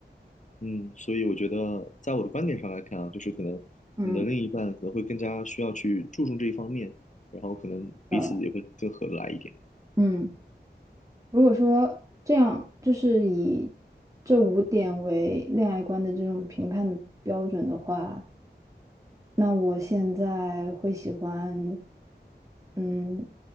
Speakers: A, on the left; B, on the right.
A: 嗯，所以我觉得，在我的观点上来看啊，就是可能你的另一半可能会更加需要去注重这一方面，
B: 嗯，
A: 然后可能彼此也会更合得来一点。
B: 呃，嗯，如果说这样，就是以这五点为恋爱观的这种评判的标准的话，那我现在会喜欢，嗯，